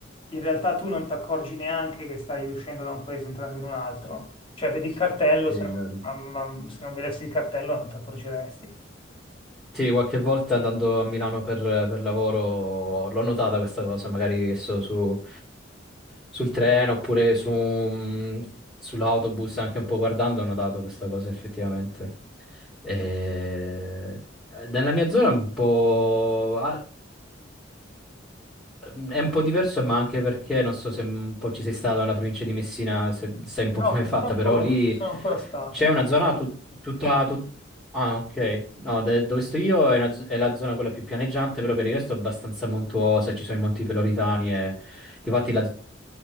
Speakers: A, on the left; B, in the centre.
A: in realtà tu non ti accorgi neanche che stai uscendo da un paese e entrando in un altro. Cioè, vedi il cartello,
B: sì, è
A: se
B: vero.
A: non, ma- ma- se non vedessi il cartello non ti accorgeresti.
B: Sì, qualche volta andando a Milano per, per lavoro l'ho notata questa cosa, magari che so, su, Sul treno oppure su, mh, sull'autobus, anche un po' guardando, ho notato questa cosa effettivamente. E- Nella mia zona è un po'... ah, mm, è un po' diverso, ma anche perché non so se mm, un po' ci sei stato nella provincia di Messina, se sai un
A: No,
B: po' com'è
A: purtroppo
B: fatta, però lì
A: non ci sono ancora stato.
B: c'è una zona tut- tutta... tut- Ah, ok. No, de- dove sto io è, una z- è la zona quella più pianeggiante, però per il resto è abbastanza montuosa, ci sono i Monti Peloritani e... Difatti la